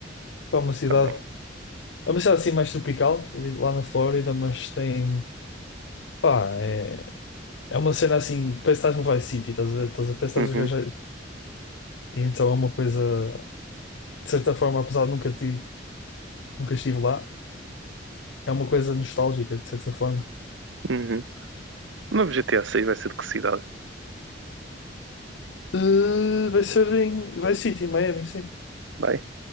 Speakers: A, on the left; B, on the right.
A: para uma cidade.
B: também.
A: É uma cidade assim mais tropical, ali, lá na Flórida, mas tem. Pá, é, é uma cena assim, parece que estás no Vice City, estás a ver? Estás a, parece que
B: Uhum,
A: estás a viajar. E então é uma coisa, de certa forma, apesar de nunca, tive, nunca estive lá, é uma coisa nostálgica, de certa forma.
B: uhum. O novo GTA 6 vai ser de que cidade?
A: Eh, vai ser em Vice City, em Miami, sim.
B: Vai?